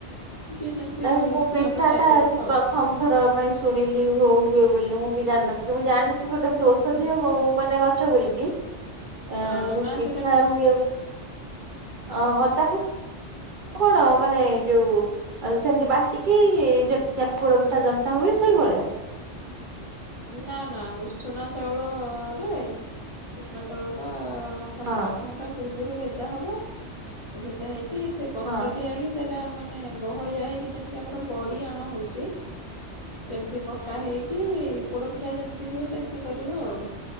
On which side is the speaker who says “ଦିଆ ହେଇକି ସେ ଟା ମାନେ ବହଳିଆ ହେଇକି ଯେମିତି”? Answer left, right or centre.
Left